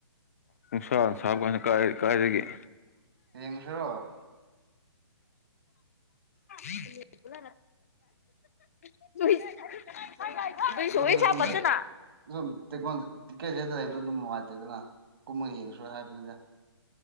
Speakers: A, on the left (about 30°); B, on the right (about 50°).
A: ꯅꯨꯡꯁꯥ ꯁꯥꯕ ꯀꯅ ꯀꯥꯏ ꯀꯥꯏꯗꯒꯤꯦ
B: ꯁꯣ
A: ꯎ ꯇꯁ ꯩꯁꯨꯣꯏꯁ
B: ꯌꯨꯝꯗ ꯑꯗꯨꯝ
A: ꯄꯠꯇꯅ
B: ꯂꯩ ꯁꯨꯝ ꯇꯦꯛ ꯇꯤꯛꯀꯦꯠꯁꯦ ꯂꯩꯕꯗꯣ ꯑꯗꯨꯝ ꯅꯨꯡꯉꯥꯏꯇꯦꯗꯅ ꯀꯨꯝꯃ ꯌꯦꯡꯉ ꯁ ꯍꯥꯏꯕꯅꯤꯗ